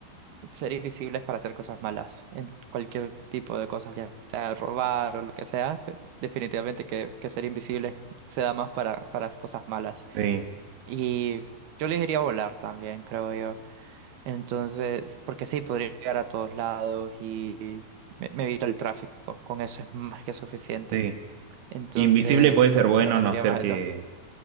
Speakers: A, on the right; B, on the right.
A: ser invisible es para hacer cosas malas, en cualquier tipo de cosas, ya sea robar o lo que sea, pero definitivamente que, que ser invisible se da más para, para cosas malas.
B: Sí,
A: Y yo le diría volar también, creo yo. Entonces, porque sí, podría llegar a todos lados y me, me evito el tráfico. Con eso es más que suficiente.
B: sí.
A: Entonces,
B: Invisible puede ser bueno
A: me encantaría
B: a no ser
A: más
B: que
A: eso.